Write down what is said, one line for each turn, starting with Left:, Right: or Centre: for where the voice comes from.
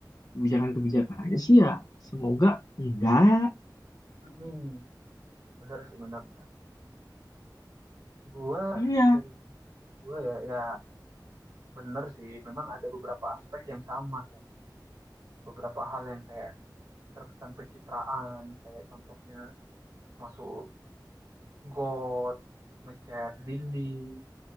Left: kebijakan-kebijakannya sih ya, semoga enggak.
Right: Hmm, bener sih, bener, bener. Gua
Left: Iya
Right: dari gua ya, ya bener sih. Memang ada beberapa aspek yang sama ya. Beberapa hal yang kayak terkesan pencitraan, kayak contohnya masuk got, ngecat dinding.